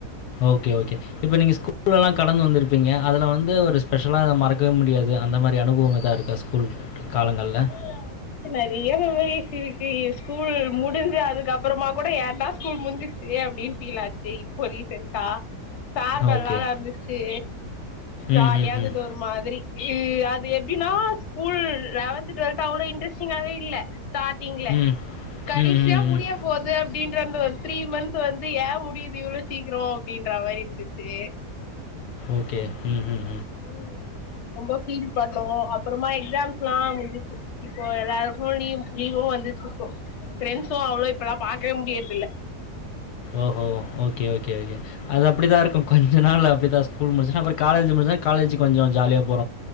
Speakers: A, on the left; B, on the left.
A: ஓகே ஓகே இப்ப நீங்க ஸ்கூல்லல்லா கடந்து வந்திருப்பீங்க அதுல வந்து ஒரு ஸ்பெஷலா மறக்கவே முடியாது அந்த மாரி அனுபவோ எதா இருக்கா ஸ்கூல் காலங்கள்ல?
B: ஸ்கூலவந்து நெறைய மெமரீஸ் ருக்கு ஸ்கூல் முடிஞ்சு அதுக்க அப்புறமா கூட யார்னா ஸ்கூல் முடிஞ்சிருச்சு அப்டின் ஃபீல் ஆச்சு இப்போ ரீசெண்டா ஃப்பேர்வல்லா
A: ஓகே.
B: நடந்துச்சு ஜாலியா
A: ம், ம்,
B: இருந்துது
A: ம்.
B: ஒரு மாதிரி இ அது எப்டின்னா ஸ்கூல் லெவன்த் டுவெல்த் அவ்ளோ இன்ட்ரெஸ்டிங்காவே இல்ல ஸ்டார்டிங்ள
A: ம்.
B: கடைசியா
A: ம், ம்,
B: முடிய
A: ம்.
B: போது அப்டின்ற அந்த ஒரு த்ரீ மந்த் வந்து ஏ முடியுது இவ்ளோ சீக்ரோ அப்டின்ற மாரி இருந்துச்சு
A: ஓகே ம்ஹ்ம்
B: ம் ரொம்ப ஃபீல் பண்ணோ அப் அப்புறமா எக்ஸாம்ஸ்லா முடிஞ்சுச்சு இப்போ எல்லாருக்கு லீவ் லீவு வந்துட்டுருக்கு ஃப்ரெண்ட்சு அவ்ளோ இப்பல்லா பாக்கவே முடியல் இல்ல
A: ஓஹோ ஓகே ஓகே ஓகே அது அப்படிதா இருக்கு கொஞ்ச நாள் ஆ பிரித்தா ஸ்கூல் முடிச்சுட்டா அப்புறோ காலேஜ் முடிச்சா காலேஜ் கொஞ்சோ ஜாலியா போவு